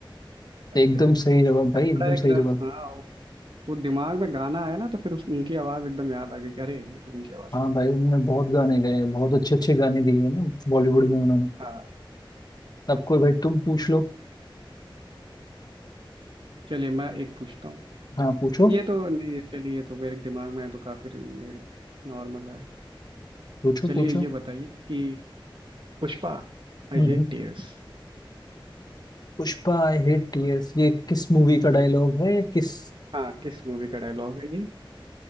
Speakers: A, on the right (about 65°); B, on the left (about 50°).
A: अरे
B: एकदम सही जवाब भाई
A: बड़ा
B: एकदम
A: एक
B: सही
A: रफ
B: जवाब
A: हाँ वो दिमाग में गाना आया ना तो फिर उस उनकी आवाज एकदम याद आ गई कि अरे ये तो उनकी आवाज
B: हाँ
A: थी
B: भाई उन्होंने बहुत गाने गाए हैं, बहुत अच्छे अच्छे गाने दिए हैं ना बॉलीवुड में उन्होंने
A: हाँ,
B: अब कोई भाई तुम पूछ लो
A: चलिए मैं एक पूछता हूँ
B: हाँ पूछो
A: ये तो नहीं चलिए ये तो मेरे दिमाग में है तो काफी ये नॉर्मल है
B: पूछो
A: चलिए
B: पूछो
A: ये बताइए कि पुष्पा आई
B: हम्म
A: हेट
B: हम्म।
A: टीयर्स
B: पुष्पा आई हेट टीयर्स ये किस मूवी का डायलॉग है किस
A: हाँ किस मूवी का डायलॉग है ये